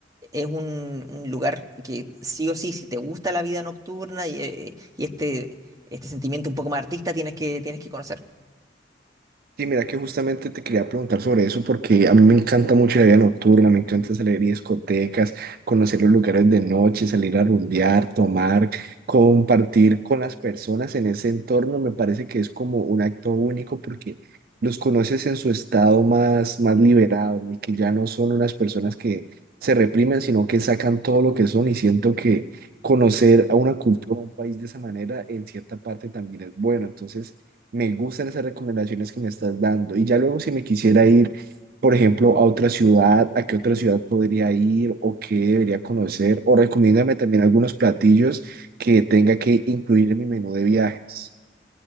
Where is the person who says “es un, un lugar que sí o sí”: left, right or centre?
Right